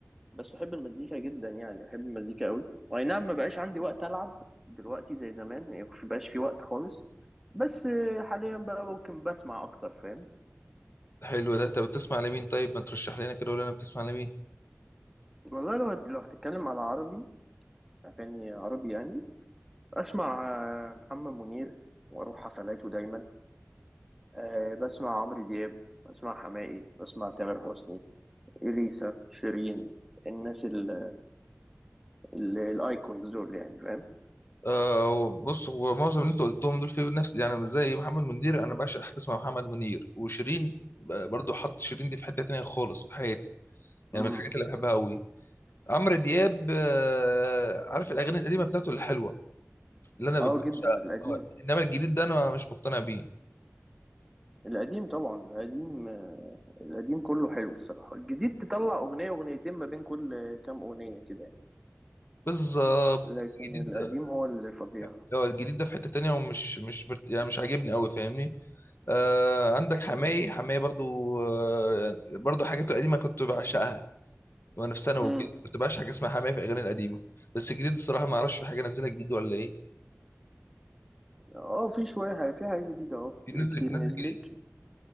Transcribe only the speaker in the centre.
بس بحب المزيكا جدا يعني بحب المزيكا قوي واي نعم ما بقاش عندي وقت العب دلوقتي زي زمان يعني ما بقاش في وقت خالص بس حاليا بقى ممكن بسمع اكتر فاهم
والله لو لو هتتكلم على عربي اغاني عربي يعني بسمع آه، محمد منير واروح حفلاته دايما آه، بسمع عمرو دياب بسمع حماقي بسمع تامر حسني اليسا شيرين الناس ال- ال- الايكونز دول يعني فاهم
امم
اه جدا القديم
القديم طبعا القديم القديم كله حلو الصراحة الجديد تطلع أغنية أغنيتين ما بين كل كام أغنية كده يعني
لكن
القديم
هو اللي فظيع
اه
امم
اه في شوية حاجة في حاجة جديدة اه
كت- كتير
نزلت